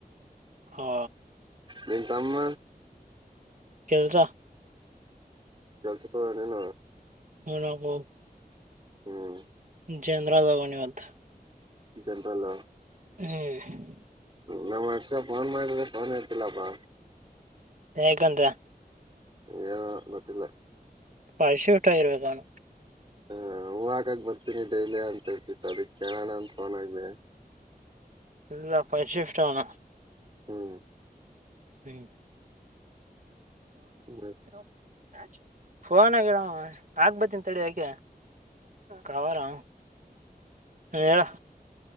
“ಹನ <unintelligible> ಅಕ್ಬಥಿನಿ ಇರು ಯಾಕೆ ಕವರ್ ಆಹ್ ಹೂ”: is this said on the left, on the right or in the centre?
Right